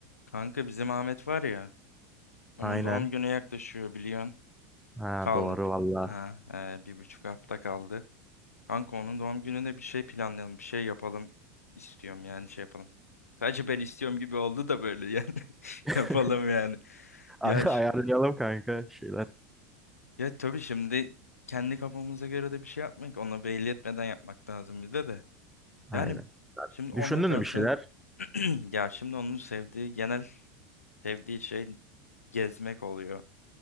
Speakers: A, on the left; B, in the centre.
A: Kanka bizim Ahmet var ya. Onun
B: Aynen.
A: doğum günü yaklaşıyor biliyorsun.
B: Ha
A: Kaldı
B: doğru
A: bi-
B: valla.
A: ha e, bir buçuk hafta kaldı. Kanka onun doğum gününe bir şey planlayalım, bir şey yapalım istiyorum yani şey yapalım. Sadece ben istiyorum gibi oldu da böyle yani <laughs>
B: <laughs>
A: yapalım yani.
B: Ay-
A: Ya ş-
B: Ayarlayalım kanka şeyler.
A: ya tabii şimdi kendi kafamıza göre de bir şey yapmak, ona belli etmeden yapmak lazım bir de de.
B: Aynen.
A: Yani şimdi ona
B: Düşündün
A: kalsa
B: mü bir şeyler?
A: <clears throat> ya şimdi onun sevdiği genel sevdiği şey gezmek oluyor.